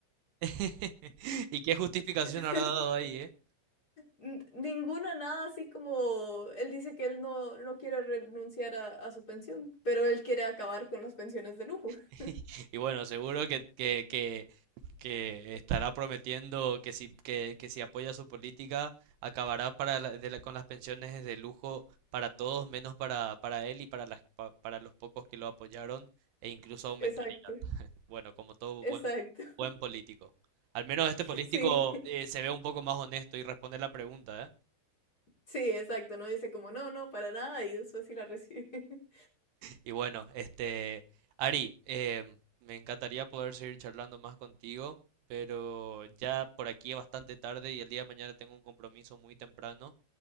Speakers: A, on the right; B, on the left.
A: <laughs> ¿Y qué justificación
B: <laughs>
A: habrá dado ahí, eh?
B: n- ninguna, nada así como él dice que él no, no quiere renunciar a, a su pensión, pero él quiere acabar con las pensiones de lujo.
A: <laughs>
B: <laughs>
A: Y bueno, seguro que, que, que, que estará prometiendo que si, que, que si apoya su política, acabará para la- de la- con las pensiones de lujo para todos, menos para, para él y para, las, pa- para los pocos que lo apoyaron, e incluso aumentar,
B: Exacto,
A: bueno, como todo
B: exacto,
A: buen, buen político. Al menos este
B: <laughs>
A: político
B: sí.
A: eh, se ve un poco más honesto y responde la pregunta, ¿eh?
B: Sí, exacto, no dice como no, no, para nada y después sí la recibe. <laughs>
A: Y bueno, este, Ari, eh, me encantaría poder seguir charlando más contigo, pero ya por aquí es bastante tarde y el día de mañana tengo un compromiso muy temprano,